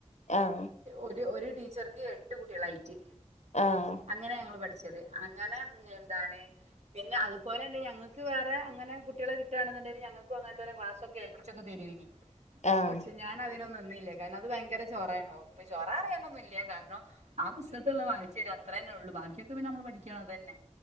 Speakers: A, on the left (about 80°); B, on the right (about 75°).
A: ആഹ്
B: ഒരു ഒര് ടീച്ചർക്ക് എട്ട് കുട്ടിയേളായിറ്റ്
A: ആഹ്
B: അങ്ങനെ ഞങ്ങൾ പഠിച്ചത് അങ്ങനെ എന്താണ് പിന്നെ അതുപലെന്നെ ഞങ്ങക്ക് വേറെ അങ്ങനെ കുട്ട്യാളെ കിട്ടാണ്ന്ന്ണ്ടേല് ഞങ്ങക്കും അങ്ങൻത്തന്നെ ക്ലാസൊക്കെ ഏൽപ്പിച്ചൊക്കെ തെര്വേ നി
A: ആഹ്
B: പക്ഷെ ഞാൻ അതിനൊന്നും നിന്നില്ല, കാര്ന അത് ഭയങ്കര ചോറേണ് ഒപ്പി ചൊറാ പറിയാനൊന്നുല്ല കാര്ണം, ആ പുസ്തകത്തില്ള്ള വായിച്ചെരും അത്രന്നൊള്ളു. ബാക്ക്യൊക്കെ പിന്നെ മ്മള് പഠിക്കണം അതെന്നെ